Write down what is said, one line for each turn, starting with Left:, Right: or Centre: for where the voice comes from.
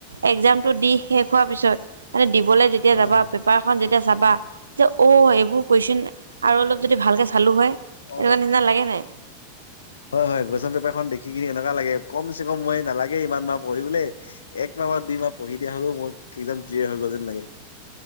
Right: একজামটো দি শেষ হোৱাৰ পিছত, মানে দিবলৈ যেতিয়া
Left: হয়,
Right: যাবা
Left: হয়,
Right: পেপাৰখন যে এতিয়া চাবা এয়া অ' এইবোৰ কুৱেশচন আৰু অলপ যদি ভালকৈ চালোঁ হয়।
Left: অ
Right: এনেকুৱা নিচিনা লাগে নাই
Left: হয় হয় কুৱেচন পেপাৰখন দেখি কিনি এ লাগে। কম চে কম মই নালাগে ইমান মাহ পঢ়িবলৈ একমাহ বা দুই মাহ পঢ়ি দিয়া হ'লেও মই যিয়ে হৈ গ যেন লাগে।